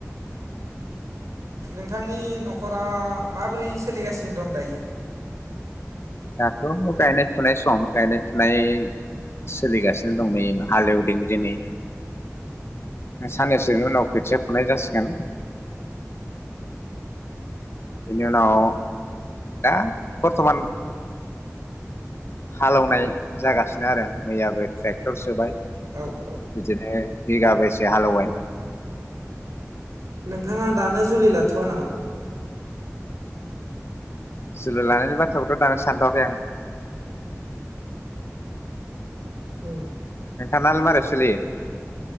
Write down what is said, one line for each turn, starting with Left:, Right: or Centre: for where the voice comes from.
Right: नोंथांनि न'खरा माबोरै सोलिगासिनो दं दायो?
Left: दाथ' गायनाय फुनाय सम गायनाय फुनाय सोलिगासिनो दं नै हालेवदों दिनै साननैसोनि उनाव खोथिया फुनाय जासिगोन। बेनि उनाव दा बर्थमान हालेवनाय जागासिनो आरो मैयाबो ट्रेक्टर सोबाय।
Right: औ औ
Left: बिदिनो बिगाबो बेसे हालेवबाय
Right: नोंथाङा दानो जुलि लाथ'वा नामा?
Left: जुलि लानायनि बाथ्राखौथ' दानो सानथ'आखै आं।
Right: अ।
Left: नोंथां नालाय मारै सलियो?